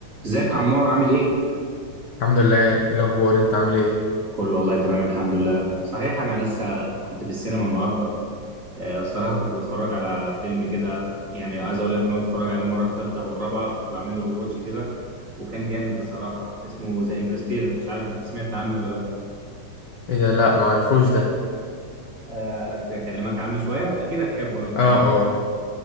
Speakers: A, on the right; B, on the left.
A: ازيك يا عمار عامل ايه؟
B: الحمد لله ايه الاخبار انت عامل ايه
A: كله والله تمام الحمد لله صحيح انا لسه كنت في السينما النهارده آه، الصراحه كنت بتفرج على فيلم كده يعني عايز اقول لك إن انا بتفرج عليه المره الثالثه او الرابعه كنت بعمل له رواتش كده وكان جامد بصراحه اسمه ذا انترستيلر مش عارف انت سمعت عنه ولا لا
B: ايه ده لا ما عرفوش ده
A: آه، اكلمك عنه شويه اكيد هتحبه انا متاكد
B: اه اه